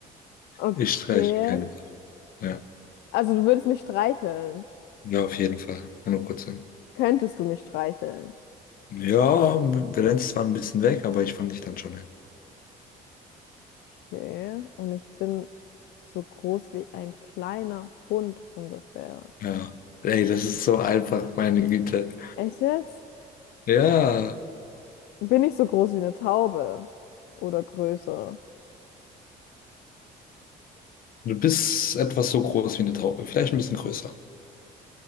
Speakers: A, on the left; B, on the left.
A: Okay.
B: ich streiche keine Dame. Ja,
A: Also du würdest mich streicheln.
B: ja, auf jeden Fall. 100%.
A: Könntest du mich streicheln?
B: Ja, wir rennen zwar ein bisschen weg, aber ich fand dich dann schon. ein.
A: Okay. Und ich bin so groß wie ein kleiner Hund ungefähr.
B: Ja. Ey, das ist so einfach, meine Güte.
A: Echt jetzt?
B: Ja,
A: Ja. Bin ich so groß wie eine Taube? Oder größer?
B: du bist etwas so groß wie eine Taube, vielleicht ein bisschen größer.